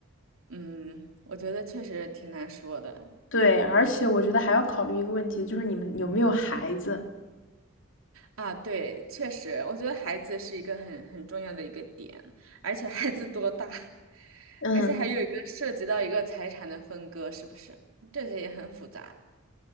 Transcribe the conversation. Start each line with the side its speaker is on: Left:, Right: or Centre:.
Right: 嗯，我觉得确实挺难说的。
Left: 对，而且我觉得还要考虑一个问题，就是你们有没有孩子？
Right: 啊，对，确实，我觉得孩子是一个很很重要的一个点，而且孩子多大，<laughs>
Left: 嗯，
Right: 而且还有一个涉及到一个财产的分割，是不是？这些也很复杂。